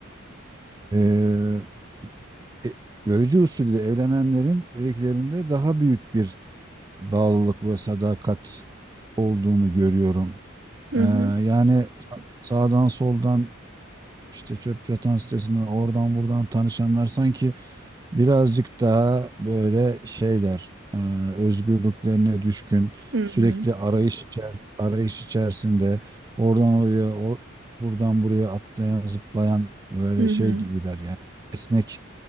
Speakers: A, on the right; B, on the right.
A: eee e, görücü usulü evlenenlerin evliliklerinde daha büyük bir bağlılık ve sadakat olduğunu görüyorum.
B: hı
A: Eee,
B: hı,
A: yani sa- sağdan soldan işte çöp çatan sitesinden oradan buradan tanışanlar sanki birazcık daha böyle şeyler e, özgürlüklerine düşkün
B: hı
A: sürekli
B: hı,
A: arayış içer, arayış içerisinde oradan oraya o, buradan buraya atlayan zıplayan böyle
B: hı
A: şey
B: hı.
A: gibiler yani esnek